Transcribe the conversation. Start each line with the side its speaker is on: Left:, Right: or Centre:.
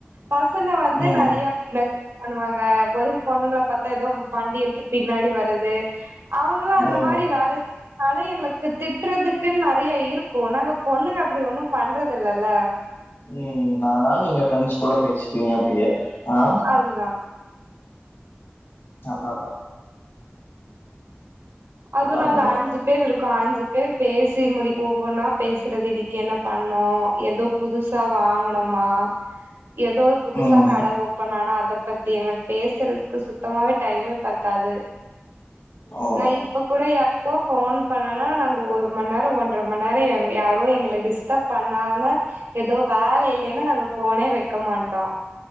Right: பசங்க வந்து
Left: ம்
Right: நறையா மெசஜ் பண்ணுவாங்க ஒரு பொண்ணுங்கள பாத்தா ஏதோ வண்டி எடுத்து பின்னாடி வரது அவங்களும் அந்த
Left: ம்
Right: மாரி வேல செய்றதுனால எங்களுக்கு திட்றதுக் குன்னு நறைய இருக்கு‌ நாங்க பொண்ணுங்க அப்படி ஒண்ணு பண்றது இல்லல
Left: ம் அதனால நீங்க ஃப்ரெண்ட்ஸ்குள்ள பேசிக்கிவீங்க அப்டியே ஆ
Right: அதுதா
Left: அதா அதா அதா
Right: அது
Left: பரவாயில்ல
Right: நாங்க அஞ்சு பேர் இருக்கோ அஞ்சு பேர் பேசி முடி ஒவ்வொன்னா பேசுறது இன்னைக்கு என்ன பண்ணோ எதோ புதுசா வாங்கணுமா ஏதோ ஒரு புதுசா
Left: ம்
Right: கட ஓப் பன் ஆனா அத பத்தி எங்களுக்கு பேசுறதுக்கு சுத்தமாவே டைமே பத்தாது
Left: ஓ
Right: நா இப் ப்ப கூட யாருக்கோ ஃபோன் பண்னனா நாங்க ஒரு மண் நேரோ ஒன்ற மண் நேரோ எங் யாரோ எங்கள டிஸ்டப் பண்ணாம எது வேல இல்லலைன்னா நாங்க ஃபோனே வெக்க மாட்டோ